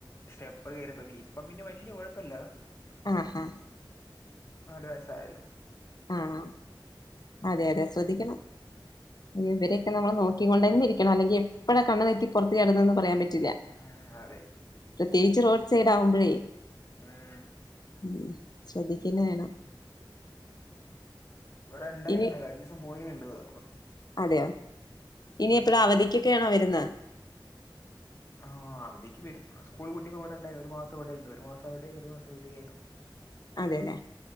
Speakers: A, on the left (about 30°); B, on the left (about 50°).
A: സ്റ്റെപ്പ കേയറി്പ ഇപ്പ പിന്നെ വല്ിയ കുഴപ്പല്ല
B: ആഹാ
A: നാല് വയസ്സായാലോ
B: ആഹ അതെ അതെ ശവദ്ദിക്കണം അയ്യ ഇവരൊക്കെ നമ്മൾ നോക്കൊണ്ട തന്ന ഇരിക്കണം അല്ലെങ്ക എപ്പഴ കണ് തെറ്റി പുറത്ത് ചടുന്നതന്ന് പറയാൻ പറ്റും
A: ഉം അതെ
B: പ്രത്യേകിച്ച് റോഡ് സൈഡ് ആവുമ്പോഴേ
A: ഉം
B: ഉ ശ്രദ്ധിക്കുന്ന വേണം
A: ഇവിടെ ഉണ്ടായിരുന്ന
B: ഇനി
A: കഴിഞ്ഞ ദിവസം പോലെയ ഉള്ളത്
B: അതെയോ ഇനി എപ്പഴാ അവധിക്കൊക്കെയാണോ വരുന്നത്
A: ആഹ് അവധേക്ക് വരും സ്കൂൾ കുട്ടിക്ക് ഇവിടെണ്ടായാലും ഒരു മാസംവിടെണ്ട് ഒരു മാസം അവിടെ ഒരു മാസം എവിടൊലും
B: അതെല്ലേ